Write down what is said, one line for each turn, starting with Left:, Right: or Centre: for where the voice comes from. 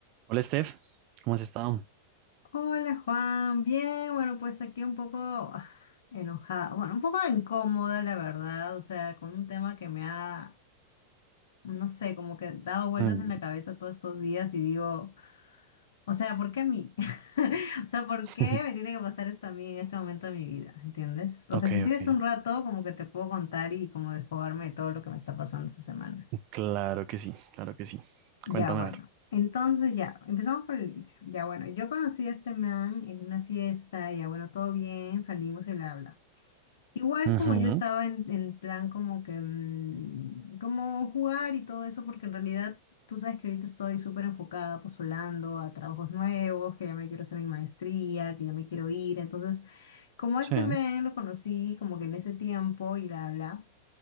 Right: Hola, Steph. ¿Cómo has estado?
Left: Hola Juan, bien, bueno, pues aquí un poco ah, enojada, bueno, un poco incómoda la verdad, o sea, con un tema que me ha, no sé, como que dado vueltas
Right: Mm,
Left: en la cabeza todos estos días y digo, o sea, ¿por qué a mí? <laughs> O sea, ¿por
Right: <laughs>
Left: qué me tiene que pasar esto a mí en este momento de mi vida? ¿Entiendes?
Right: Ok,
Left: O sea, si tienes
Right: ok.
Left: un rato, como que te puedo contar y como desfogarme de todo lo que me está pasando esta semana.
Right: Claro que sí, claro que sí.
Left: Ya
Right: Cuéntame
Left: bueno,
Right: a ver.
Left: entonces ya, empezamos por el inicio. Ya bueno, yo conocí a este man en una fiesta, ya bueno, todo bien, salimos y bla, bla. Igual
Right: Ujú,
Left: como yo estaba en, en plan como que, mm, como jugar y todo eso, porque en realidad tú sabes que ahorita estoy súper enfocada, postulando a trabajos nuevos, que ya me quiero hacer mi maestría, que ya me quiero ir. Entonces, como a este
Right: Sí,
Left: man lo conocí como que en ese tiempo y bla, bla.